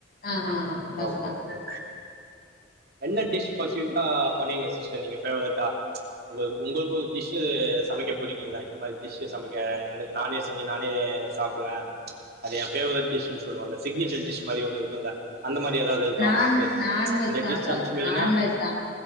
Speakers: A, on the left; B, on the right.
A: ஆஹா ஆஹா பஸ்
B: ஓகே
A: தா
B: ஓகே என்ன டிஸ் ரொம்ப சிவிட்டா பண்ணிங்க சிஸ்டர் பேவரட்டா உ உங்களுக்கு ஒரு டிஷ்வு சமைக்க பிடிக்கும்ல இந்த மாரி டிஷ் சமைக்க எனக்கு நானே செஞ்சு நானே சாப்பிடுவேன் அது என் பேவரட் டிஷ் சொல்லுவ சிக்னேச்சர் டிஷ் மாரி ஒண்ண இருக்கும்ல்ல அந்த மாரி எதாவது இருக்கா
A: நான்
B: உங்களுக்கு
A: நான்வெஜ்
B: இந்த
A: தா
B: டிஸ்ன்னா
A: சார்
B: அமிச்சின
A: நான்வெஜ் தா